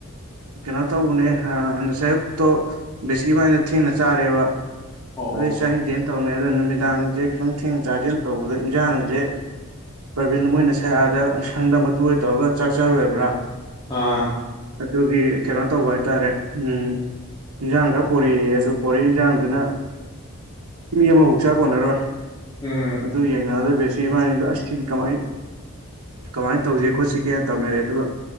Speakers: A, on the right; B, on the left.
A: ꯀꯩꯅꯣ ꯇꯧꯕꯅꯦ ꯑ ꯁꯌꯨꯛꯇꯣ ꯕꯤꯁꯀꯤꯃꯥꯏꯅ ꯊꯦꯡꯅ ꯆꯥꯔꯦꯕ
B: ꯑꯣ
A: ꯑꯗꯨꯩ ꯆꯊꯦꯅ ꯇꯧꯅꯤ ꯑꯗꯣ ꯅꯨꯃꯤꯗꯥꯡꯁꯦ ꯈꯤꯇꯪ ꯊꯦꯡ ꯆꯥꯖꯦꯜ ꯇꯧꯕꯗ ꯏꯟꯁꯥꯡꯁꯦ ꯏꯚꯟ ꯃꯣꯏꯅ ꯁꯛꯑꯗ ꯁꯪꯗ ꯃꯇꯨ ꯑꯣꯏ ꯇꯧꯔꯒ ꯆꯥꯛ ꯆꯥꯔꯨꯏꯕ꯭ꯔꯥ
B: ꯑꯥ
A: ꯑꯗꯨꯒꯤ ꯀꯩꯅꯣ ꯇꯧꯕ ꯍꯥꯏꯇꯥꯔꯦ ꯎꯝ ꯏꯟꯖꯥꯡ ꯈꯔ ꯄꯣꯔꯛꯏꯦ ꯑꯗꯨ ꯄꯣꯔꯛꯏ ꯏꯟꯖꯥꯡꯗꯨꯅ ꯃꯤ ꯑꯃꯐꯧꯛ ꯆꯥꯛ ꯀꯣꯟꯅꯔꯣꯏ
B: ꯎꯝ
A: ꯑꯗꯨ ꯌꯦꯡꯅꯗꯣꯏ ꯕꯦ ꯁꯤ ꯏꯕꯥꯅꯤꯗ ꯑꯁꯤꯗꯤ ꯀꯃꯥꯏꯅ ꯀꯃꯥꯏꯅ ꯇꯧꯁꯤꯦ ꯈꯣꯠꯁꯤꯒꯦꯅ ꯇꯧꯅꯔꯦ ꯑꯗꯨꯒ